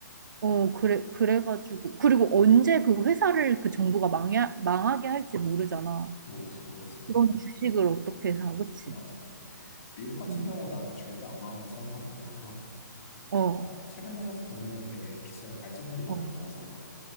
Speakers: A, on the right; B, on the left.
A: 어, 그래, 그래가지고. 그리고 언제 그 회사를 그 정부가 망야, 망하게 할지 모르잖아.
B: 모르지, 모르지.
A: 그런 주식을 어떻게 사, 그치?
B: 맞아. 미국 같은
A: 음.
B: 경우 나는 절대 안 망한다 생각하는 이유가, 어,
A: 어,
B: 최근 들어서 보면은 되게 기술의 발전들이 많이
A: 어,
B: 일어나잖아.